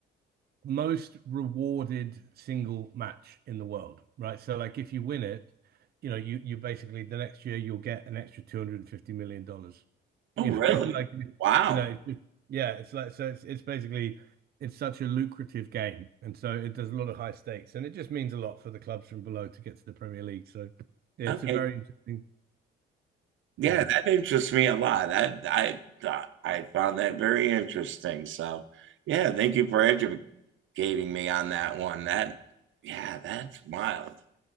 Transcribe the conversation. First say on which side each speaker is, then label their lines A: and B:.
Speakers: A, on the right; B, on the right.
A: most rewarded single match in the world, right? So like if you win it, you know, you you basically the next year you'll get an extra $250 million. dollars.
B: Oh,
A: You know,
B: really?
A: <laughs> like
B: Wow.
A: you know, it's just, yeah, it's like so it's it's basically it's such a lucrative game. And so it does a lot of high stakes and it just means a lot for the clubs from below to get to the Premier League. So yeah,
B: Okay.
A: it's a very interesting
B: Yeah,
A: game.
B: that interests me a lot. I I uh, I found that very interesting. So, yeah, thank you for educating me on that one. That yeah, that's wild.